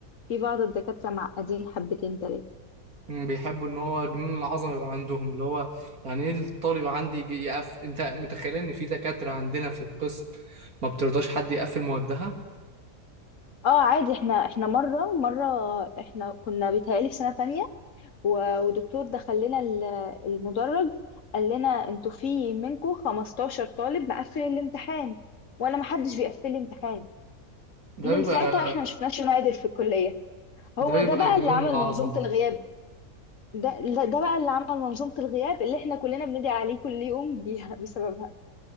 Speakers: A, on the left; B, on the right.
A: في بعض الدكاتره معقدين حبتين تلاته
B: مم، بيحبوا إن هو جنون العظمة يبقى عندهم اللي هو يعني إيه الطالب عندي يجي يقف أنت متخيل إن في دكاترة عندنا في القسم ما بترضاش حد يقفل موادها؟
A: اه عادي احنا احنا مره مره احنا كنا بيتهيألي في سنه تانية و- ودكتور دخل لنا ال- المدرج قال لنا انتوا في منكم 15 طالب مقفل الامتحان وانا ما حدش بيقفل لي امتحان
B: ده
A: من
B: بيبقى
A: ساعتها احنا ما شفناش معادل في الكليه هو
B: ده بيبقى
A: ده بقى
B: جنون
A: اللي عمل
B: العظمة
A: منظومه الغياب ده ده ده بقى اللي عمل منظومه الغياب اللي احنا كلنا بندعي عليه كل يوم بيها <laughs> بسببها